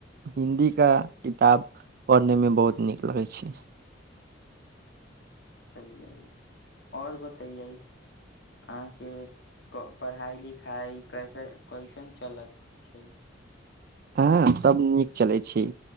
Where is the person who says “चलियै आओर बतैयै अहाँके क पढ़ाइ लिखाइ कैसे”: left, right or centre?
Left